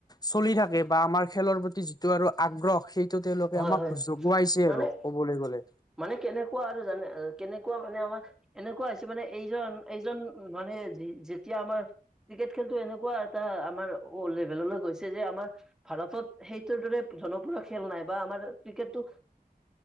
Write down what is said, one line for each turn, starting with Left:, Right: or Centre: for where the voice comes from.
Left: চলি থাকে বা আমাৰ খেলৰ প্ৰতি যিটো আৰু আগ্ৰহ সেই টো তেওঁলোকে
Centre: হয়
Left: আমাক
Centre: হয়
Left: জগোৱাইছে
Centre: মানে
Left: আৰু ক'বলৈ গ'লে।
Centre: মানে কেনেকুৱা আৰু জানে কেনেকুৱা মানে আমাৰ এনেকুৱা হৈছে মানে এইজন এইজন মানে যেতিয়া আমাৰ ক্ৰিকেট খেলটো এনেকুৱা এটা আমাৰ ৱল্ড লেভেললৈ গৈছে যে আমাৰ ভাৰতত সেইটোৰ দৰে জনপ্ৰিয় খেল নাই। বা আমাৰ ক্ৰিকেটটো